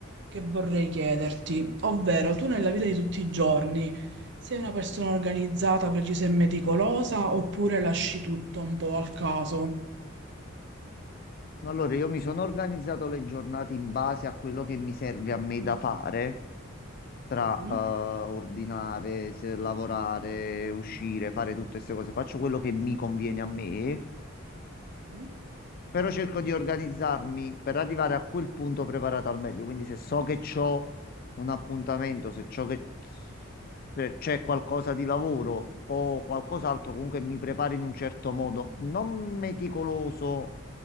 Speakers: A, on the right (about 55°); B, on the left (about 45°).
A: che vorrei chiederti, ovvero tu nella vita di tutti i giorni sei una persona organizzata, precisa e meticolosa oppure lasci tutto un po' al caso?
B: Allora, io mi sono organizzato le giornate in base a quello che mi serve a me da fare, tra
A: Mhm.
B: eh, ordinare, se- lavorare, uscire, fare tutte queste cose. Faccio quello che mi conviene a me,
A: Sì.
B: però cerco di organizzarmi per arrivare a quel punto preparato al meglio. Quindi se so che ho un appuntamento, se ciò che Cioè, c'è qualcosa di lavoro o qualcos'altro, comunque mi preparo in un certo modo, non meticoloso